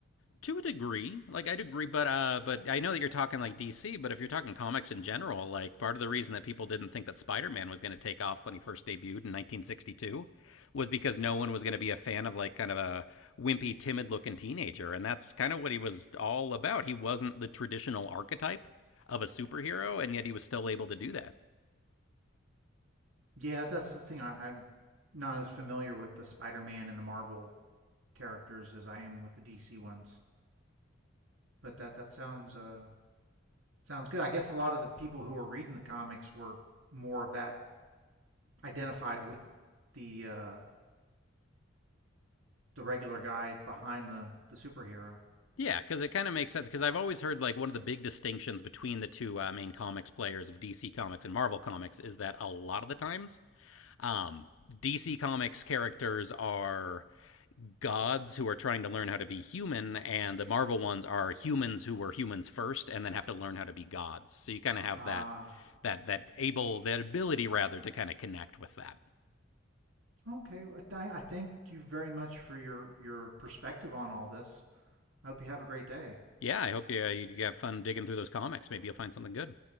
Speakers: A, on the left; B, on the right.
A: to a degree like i would agree but uh but i know that you're talking like dc but if you're talking comics in general like part of the reason that people didn't think that spider-man was going to take off when he first debuted in 1962 was because no one was going to be a fan of like kind of a wimpy timid looking teenager and that's kind of what he was all about he wasn't the traditional archetype of a superhero and yet he was still able to do that
B: Yeah, that's the thing. I, I'm not as familiar with the Spider-Man and the Marvel characters as I am with the DC ones. But that that sounds uh sounds good. I guess a lot of the people who were reading the comics were more of that identified with the uh the regular guy behind the the superhero.
A: yeah, because it kind of makes sense. Because I've always heard like one of the big distinctions between the two uh, main comics players of DC Comics and Marvel Comics is that a lot of the times Um, DC Comics characters are gods who are trying to learn how to be human, and the Marvel ones are humans who were humans first and then have to learn how to be gods. So you kind of have
B: Ah,
A: that that that able that ability rather to kind of connect with that.
B: uh, okay. I, th- I thank you very much for your your perspective on all this. I hope you have a great day.
A: Yeah, I hope yeah, you you have fun digging through those comics. Maybe you'll find something good.